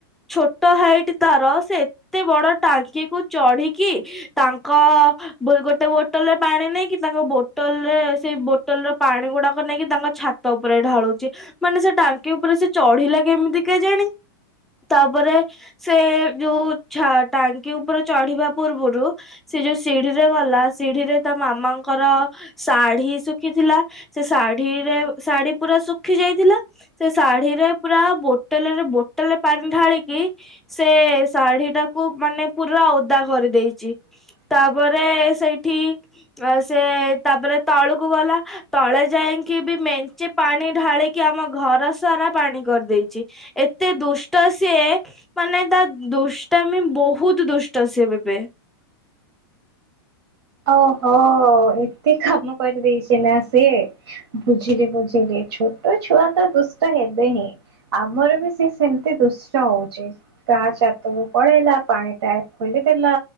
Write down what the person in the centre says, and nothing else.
ଛୋଟ ହାଇଟ ତାର ସେ ଏତେ ବଡ ଟାଙ୍କି କୁ ଚଢିକି ତାଙ୍କ ଗୋଟେ ବୋଟଲ ରେ ପାଣି ନେଇକି ତାଙ୍କ ବୋଟଲ ରେ ସେଇ ବୋଟଲ ର ପାଣି ଗୁଡାକ ନେଇକି ତାଙ୍କ ଛାତ ଉପରେ ଢାଳୁଚି ମାନେ ସେ ଟାଙ୍କି ଉପରେ ସେ ଚଢିଲା କେମିତି କେଜାଣି। ତାପରେ ସେ ଯୋଉ ଛା ଟାଙ୍କି ଉପରେ ଚଢିବା ପୂର୍ବରୁ ସେ ଯଉ ସିଢିରେ ଗଲା ସିଢିରେ ତା ମାମାଙ୍କର ଶାଢୀ ଶୁଖିଥିଲା ସେ ଶାଢୀରେ ଶାଢୀ ପୁରା ଶୁଖି ଯାଇଥିଲା ସେ ଶାଢୀରେ ପୁରା ବୋଟଲ ରେ ବୋ ତୋଲେ ପାଣି ଢାଳିକି ସେ ଶାଢୀ ଟାକୁ ମାନେ ପୁରା ଓଦା କରିଦେଇଚି। ତାପରେ ସେଇଠି ଆ ସେ ତାପରେ ତଳୁକୁ ଗଲା ତଳେ ଯାଇଙ୍କି ବି ମେଞ୍ଚେ ପାଣି ଢାଳିକି ଆମ ଘର ସାରା ପାଣି କରିଦେଇଚି। ଏତେ ଦୁଷ୍ଟ ସିଏ। ମାନେ ତା ଦୁଷ୍ଟାମି ବହୁତ ଦୁଷ୍ଟ ସେ ଏବେ।